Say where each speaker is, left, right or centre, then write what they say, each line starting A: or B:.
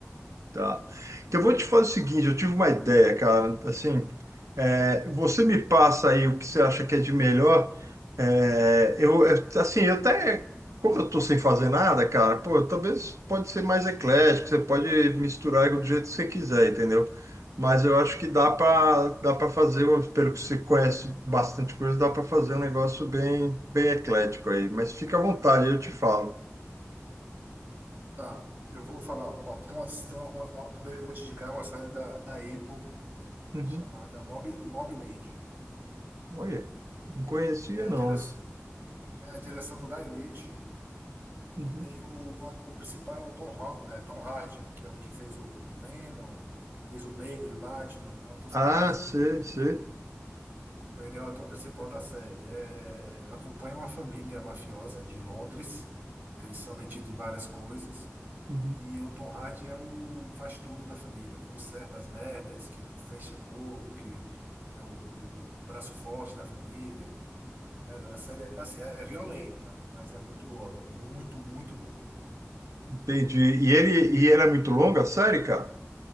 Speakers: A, on the right (about 80°); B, on the right (about 40°).
A: Tá.
B: Aí,
A: Então, eu vou te fazer o seguinte, eu tive uma ideia, cara, assim, é, você me passa aí o que você acha que é de melhor, é, eu, é, assim, eu até, como eu tô sem fazer nada, cara, pô, talvez pode ser mais eclético, você pode misturar do jeito que você quiser, entendeu? Mas eu acho que dá para dá para fazer, pelo que você conhece bastante coisa, dá para fazer um negócio bem, bem eclético aí, mas fica à vontade, eu te falo.
B: tá, eu vou falar, ó, tem uma, tem uma, uma, uma- primeiro que eu vou te indicar é uma série da, da Apple
A: Uhum.
B: chamada Mob, Mobland.
A: Olha, não conhecia
B: É
A: não
B: a, dire,
A: isso.
B: é a direção do Guy Ritchie
A: Uhum.
B: e tem o, o principal, é o Tom, Ho- né, Tom Hardy, que é o que fez o Venom, fez o Bane do Batman, é um ator famoso.
A: Ah, sei, sei.
B: Ele é o ator principal da série. É, acompanha uma família mafiosa de Londres. Eles são metidos em várias coisas.
A: Uhum.
B: E o Tom Hardy é o faz tudo da família, que conserta as merdas, que fecha acordo, que é o, o braço forte da família. Velho, a série é, assim, é, é violenta, mas é muito boa, velho. Muito, muito boa.
A: Entendi. E ele, e ela é muito longa, a série, cara?